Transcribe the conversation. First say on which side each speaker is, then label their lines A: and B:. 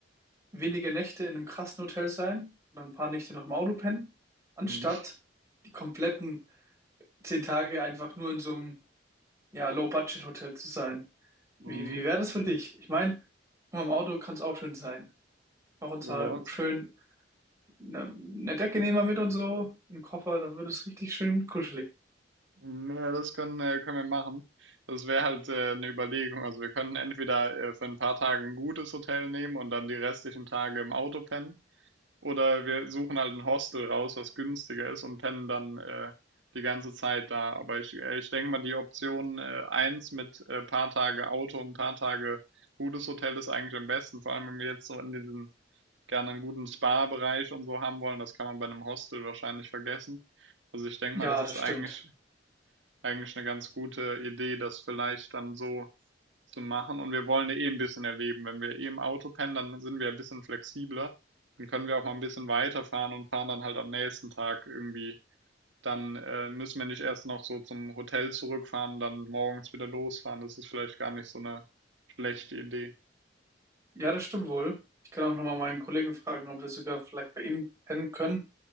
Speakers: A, on the right; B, on the right.
A: wenige Nächte in einem krassen Hotel sein und ein paar Nächte noch im Auto pennen, anstatt
B: Mhm.
A: die kompletten zehn Tage einfach nur in so einem ja, Low-Budget-Hotel zu sein. Wie,
B: Mhm.
A: wie wäre das für dich? Ich meine, im Auto kann es auch schön sein. Auch uns
B: Ja,
A: mal schön
B: z-
A: eine, eine Decke nehmen wir mit und so, einen Koffer, da wird es richtig schön kuschelig.
B: mhm, ja, das können, äh, können wir machen. Das wäre halt äh, eine Überlegung. Also wir könnten entweder äh, für ein paar Tage ein gutes Hotel nehmen und dann die restlichen Tage im Auto pennen. Oder wir suchen halt ein Hostel raus, was günstiger ist und pennen dann äh, die ganze Zeit da. Aber ich, äh, ich denke mal, die Option äh, eins mit äh, paar Tage Auto und paar Tage gutes Hotel ist eigentlich am besten. Vor allem, wenn wir jetzt so in diesen gerne einen guten Spa-Bereich und so haben wollen, das kann man bei einem Hostel wahrscheinlich vergessen. Also ich denke
A: Ja,
B: mal, das ist
A: das
B: eigentlich,
A: stimmt.
B: eigentlich eine ganz gute Idee, das vielleicht dann so zu machen. Und wir wollen ja eh ein bisschen erleben. Wenn wir eh im Auto pennen, dann sind wir ja ein bisschen flexibler. Dann können wir auch mal ein bisschen weiterfahren und fahren dann halt am nächsten Tag irgendwie. Dann äh, müssen wir nicht erst noch so zum Hotel zurückfahren, dann morgens wieder losfahren. Das ist vielleicht gar nicht so eine schlechte Idee.
A: Ja, das stimmt wohl. Ich kann auch nochmal meinen Kollegen fragen, ob wir sogar vielleicht bei ihm pennen können.